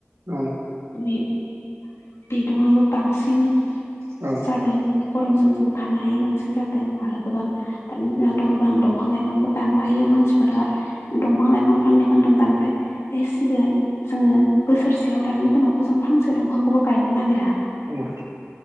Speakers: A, on the right; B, on the left.
A: औ।
B: <unintelligible> बिदुंआबो बांसिन
A: औ।
B: लादों गरमजों जों थानो हायै बांसिन जादों आरो गोबां दान दनाथ' गोबां दंफां लाइफांबो दानफायो मानसिफोरा दंफां लाइ फां फांनै फांथाम दानफाय एसिगोन जोङो बोसोरसेयाव दानि दिनावथ' जों फांसे दंफांखौबो गायनो नागिरा।
A: औ।